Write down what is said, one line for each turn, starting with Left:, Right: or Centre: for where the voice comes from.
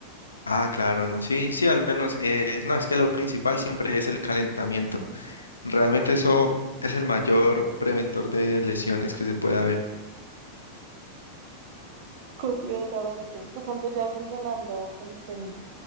Left: Ah, claro, no, sí, sí, al menos, eh, no, es que lo principal siempre es el calentamiento. Realmente eso es el mayor preventor de lesiones que se puede haber.
Right: Completamente. ¿Tú cuánto llevas entrenando calistenia?